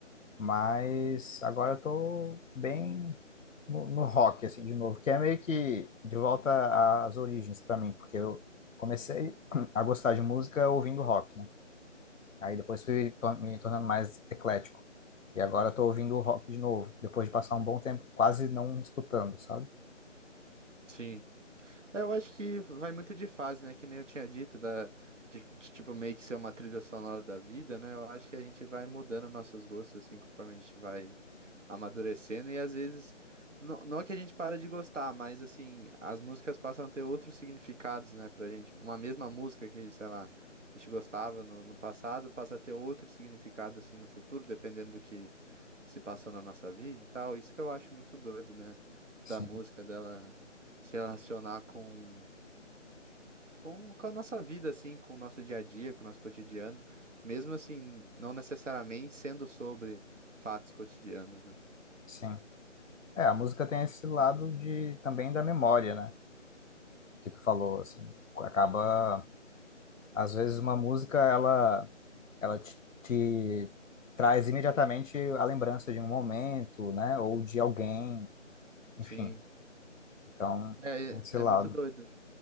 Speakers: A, on the left; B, on the right.
A: Mas agora eu tô bem no, no rock, assim, de novo, que é meio que de volta às origens pra mim, porque eu comecei <clears throat> a gostar de música ouvindo rock, né? Aí depois fui to- me tornando mais eclético. E agora eu tô ouvindo rock de novo, depois de passar um bom tempo quase não escutando, sabe?
B: sim. É, eu acho que vai muito de fase, né? Que nem eu tinha dito, da, de, de, tipo, meio que ser uma trilha sonora da vida, né? Eu acho que a gente vai mudando nossos gostos, assim, conforme a gente vai amadurecendo. E às vezes, não, não é que a gente para de gostar, mas, assim, as músicas passam a ter outros significados, né, pra gente. Uma mesma música que, sei lá, a gente gostava no, no passado, passa a ter outro significado, assim, no futuro, dependendo do que se passou na nossa vida e tal. Isso que eu acho muito doido, né?
A: Sim,
B: Da música dela se relacionar com, com, com a nossa vida, assim, com o nosso dia a dia, com o nosso cotidiano, mesmo assim, não necessariamente sendo sobre fatos cotidianos, né?
A: sim. É, a música tem esse lado de também da memória, né? Que tu falou, assim, acaba às vezes uma música ela ela te, te traz imediatamente a lembrança de um momento, né? Ou de alguém, enfim.
B: Sim.
A: Então,
B: É,
A: esse lado,
B: é muito doido